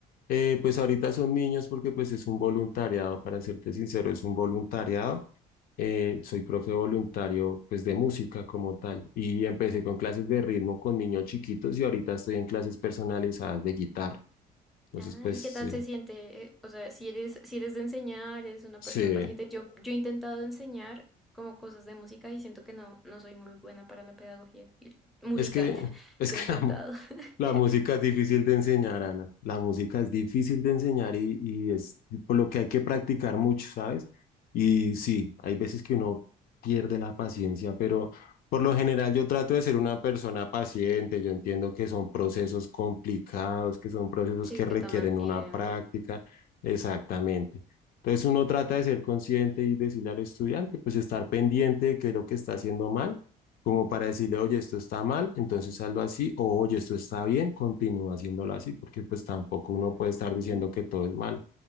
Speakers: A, on the left; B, in the centre.
A: Eh, pues ahorita son niños porque pues es un voluntariado, para serte sincero, es un voluntariado. Eh, soy profe voluntario pues de música como tal y empecé con clases de ritmo con niños chiquitos y ahorita estoy en clases personalizadas de guitarra. Entonces
B: Ah,
A: pues
B: ¿y
A: sí,
B: qué tal se siente? Eh, o sea, si eres, si eres de enseñar, eres una
A: sí,
B: persona paciente. Yo, yo he intentado enseñar como cosas de música y siento que no, no soy muy buena para la pedagogía y- musical.
A: es que,
B: <laughs>
A: <laughs> es
B: Lo
A: que
B: he intentado.
A: la mu-
B: <laughs>
A: La música es difícil de enseñar, Ana. La música es difícil de enseñar y, y es por lo que hay que practicar mucho, ¿sabes? Y sí, hay veces que uno pierde la paciencia, pero por lo general yo trato de ser una persona paciente. Yo entiendo que son procesos complicados, que son procesos
B: Sí,
A: que requieren
B: que toman tiempo.
A: una práctica. Exactamente. Entonces uno trata de ser consciente y decirle al estudiante, pues estar pendiente de qué es lo que está haciendo mal como para decirle, oye, esto está mal, entonces hazlo así, o oye, esto está bien, continúa haciéndolo así, porque pues tampoco uno
B: Mm.
A: puede estar diciendo que todo es malo.